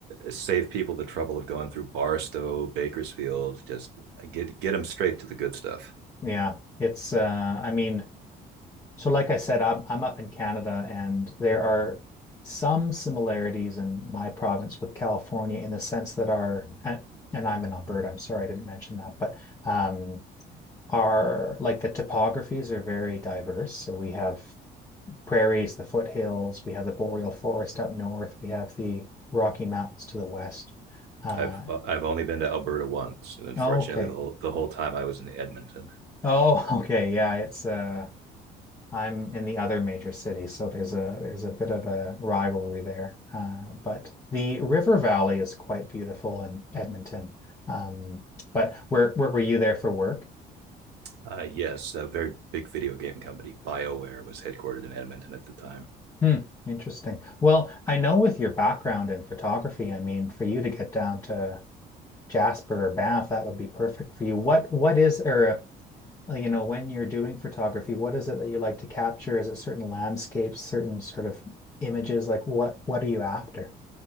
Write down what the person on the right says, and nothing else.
save people the trouble of going through Barstow, Bakersfield, just get get them straight to the good stuff.
I've uh, I've only been to Alberta once, and unfortunately,
the whole the whole time I was in Edmonton.
Uh, yes, a very big video game company, BioWare, was headquartered in Edmonton at the time.